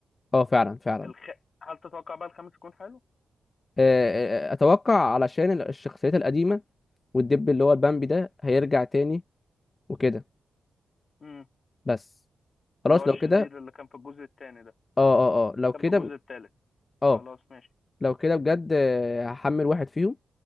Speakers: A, on the left; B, on the left.
A: اه فعلا فعلا
B: الخ... هل تتوقع بقى الخامس يكون حلو
A: آه، آه، اتوقع علشان ال- الشخصيات القديمه والدب اللي هو البامبي ده هيرجع تاني وكده
B: امم
A: بس خلاص
B: اللي هو الشرير
A: لو كده
B: اللي كان في الجزء الثاني ده
A: اه اه اه لو
B: كان
A: كده
B: في الجزء
A: ب-
B: الثالث
A: اه
B: خلاص ماشي
A: لو كده بجد آه، هحمل واحد فيهم